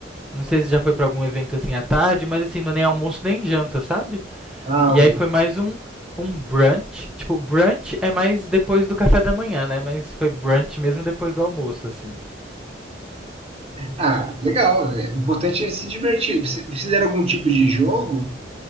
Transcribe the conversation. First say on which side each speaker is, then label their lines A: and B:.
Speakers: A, in the centre; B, on the right.
A: Não sei se já foi pra algum evento assim à tarde, mas assim, não é nem almoço nem janta, sabe?
B: Ah,
A: E
B: o-
A: aí foi mais um um brunch. Tipo, brunch é mais depois do café da manhã, né? Mas foi brunch mesmo depois do almoço, assim.
B: ah, legal. é, o importante é se divertir. Fiz- Fizeram algum tipo de jogo?